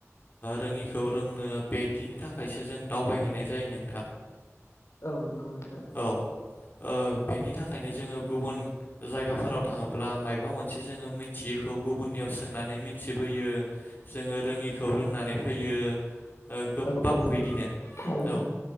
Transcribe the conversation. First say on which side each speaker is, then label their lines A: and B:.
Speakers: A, on the left; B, on the left.
A: रोङिखौ रोंनो बिदिनि थाखायसो जों दावबायहैनाय जायो नोंथां।
B: औ नंगौ नोंथां।
A: औ ओ बेनि थाखायनो जोङो गुबुन जायगाफोराव थाङोब्ला माबा मोनसे जोङो मिथियिखौ गुबुननियाव सोंनानै मिथि बोयो जोङो रोङिखौ रोंनानै फैयो। ओ गोबां
B: औ औ नंगौ
A: बिदिनो
B: थारैनो
A: औ